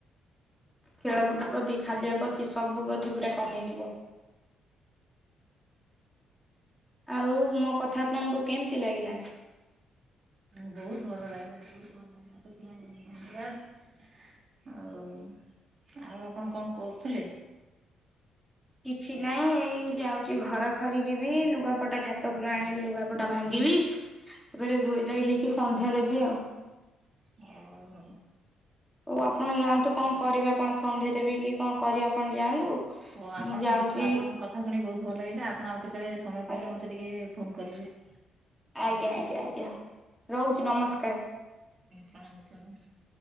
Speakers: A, in the centre; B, on the right.
A: ଖେଳକୁଦ ପ୍ରତି ଖାଦ୍ୟ ପ୍ରତି ସବୁ ପ୍ରତି ପୁରା କମିଯିବ। ଆଉ ମୋ କଥା ଆପଣଙ୍କୁ କେମିତି ଲାଗିଲା?
B: ବହୁତ ଭଲ ଲାଗିଲା ବହୁତ ଭଲ ଲାଗିଲା। ସେଥିପାଇଁ ଧନ୍ୟବାଦ। ଆଉ ଆଉ ଆପଣ କଣ କରୁଥିଲେ?
A: କିଛି ନାଇଁ ଏଇ ଯାଉଚି ଘର ଖରକିବି ଲୁଗାପଟା ଛାତ ଉପରୁ ଆଣିବି ଲୁଗାପଟା ଭାଙ୍ଗିବି। ତାପରେ ଧୋଇ ଧାଇ ହେଇକି ସନ୍ଧ୍ୟା ଦେବି ଆଉ।
B: ଓହୋ।
A: ହଉ ଆପଣ ଯାଆନ୍ତୁ କଣ କରିବେ ଆପଣ ସନ୍ଧ୍ୟା ଦେବେ କି କଣ କରିବେ ଆପଣ ଯାଆନ୍ତୁ।
B: ହଉ ଆପଣଙ୍କ
A: ମୁଁ ଯାଉଛି
B: ବିଶ୍ ଆପଣଙ୍କ କଥା ଶୁଣିକି ବହୁତ ଭଲ ଲାଗିଲା। ଆପଣ ଆଉ କେତେବେଳେ ସମୟ
A: ଆଜ୍ଞା
B: ପାଇଲେ ମତେ ଟିକେ ଫୋନ୍ କରିବେ।
A: ଆଜ୍ଞା ଆଜ୍ଞା ଆଜ୍ଞା ରହୁଚି ନମସ୍କାର।
B: <unintelligible>